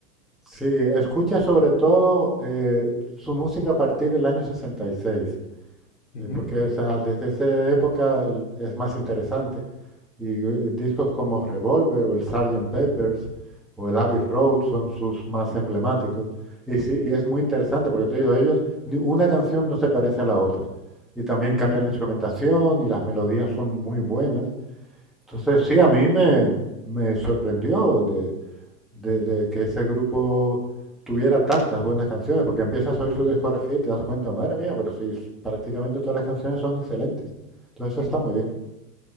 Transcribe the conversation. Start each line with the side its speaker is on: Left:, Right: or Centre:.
Centre: sí, escucha sobre todo eh, su música a partir del año sesenta y seis.
Left: Ujú,
Centre: eh, porque esa- desde esa época el- es más interesante. Y eh, discos como Revolver o el sergeant Peppers o el Abbey Road son sus más emblemáticos. Y sí, y es muy
Left: ujú,
Centre: interesante porque te digo, ellos, ni una canción no se parece a la otra. Y también
Left: ujú.
Centre: cambia la instrumentación y las melodías son muy buenas. Entonces, sí, a mí me, me sorprendió de, de, de que ese grupo tuviera tantas buenas canciones, porque empiezas a oír su discografía y te das cuenta, madre mía, pero sí, prácticamente todas las canciones son excelentes. Entonces eso
Left: ujú.
Centre: está muy bien.